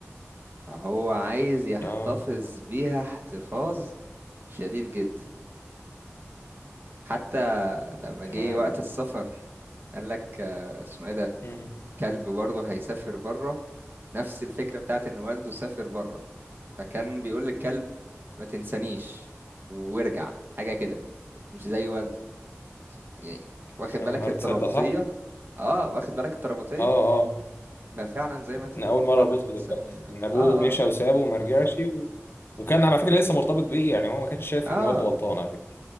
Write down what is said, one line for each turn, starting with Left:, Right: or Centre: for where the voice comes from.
Right: هو عايز يحتفظ
Left: آه
Right: بيها احتفاظ شديد جدا حتى لما
Left: تمام
Right: جه وقت السفر قال لك آه، اسمه ايه ده
Left: مم.
Right: الكلب برضه هيسافر بره نفس الفكرة بتاعت ان والده سافر بره فكان بيقول للكلب ما تنسانيش وارجع حاجة كده مش زي والده يعني واخد
Left: آه.
Right: بالك
Left: أنا
Right: الترابطية
Left: تصدق صح؟
Right: اه واخد بالك الترابطية
Left: آه آه
Right: ففعلا زي ما انت
Left: أنا
Right: بتقول
Left: أول مرة
Right: قدر
Left: أربطها
Right: الإنسانية
Left: دلوقتي إن أبوه
Right: اه
Left: مشى
Right: اه
Left: وسابه وما رجعش و... وكان على فكرة لسه مرتبط بيه يعني هو ما كانش شايف
Right: اه
Left: إن والده
Right: آه،
Left: غلطان على فكرة